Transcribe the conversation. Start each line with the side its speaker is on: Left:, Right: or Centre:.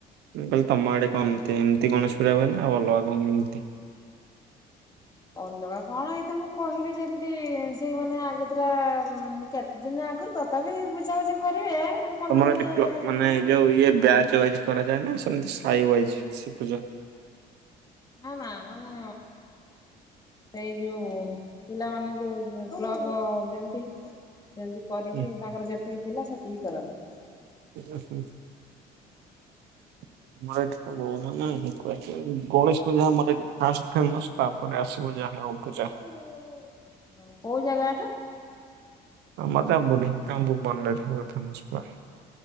Right: ମୁଁ କହିଲ ତମ ଆଡେ କେମତି ଏମିତି ଗଣେଶ ପୂଜା ହୁଏନା ନା ଆଉ ଅଲଗା କଣ କେମିତି?
Left: ଅଲଗା କଣ ଏଇତ ମୁଁ କହିଲି ଯେମିତି ସେଇମାନେ ଆଗତୁରା କେତ ଦିନ ଆଗରୁ ତଥାପି ବୁଝାବୁଝି କରିବେ ମାନେ ପନ୍ଦର
Right: ତମର
Left: ଦିନ
Right: ମାନେ
Left: ଥିବେ
Right: ଯୋଉ ଇଏ ବ୍ୟାଜ ୱାଇଜ କରାଯାଏ ନା ସେମିତି ସାଇ ୱାଇଜ୍ ସେ ପୂଜ।
Left: ନା ମା ମାନେ ସେଇ ଯୋଉ ପିଲାମାନେ ଯୋଉ କ୍ଲବ ଯେମିତି। ସେମିତି କରିକି
Right: ହୁଁ।
Left: ତାଙ୍କର ଯେତିକି ପିଲା ସେତିକି କରନ୍ତି ସେମାନେ।
Right: <inaudible> <unintelligible> ବହୁ ନାଇଁ ଗଣେଶ ପୂଜା। <unintelligible> ଫାଷ୍ଟ ଫେମସ୍ ତାପରେ ଆସିବୁ ଯାହା ହଉ ପୂଜା।
Left: ଓ ଉ କୋଉ ଜାଗା ଏଟା।
Right: <unintelligible>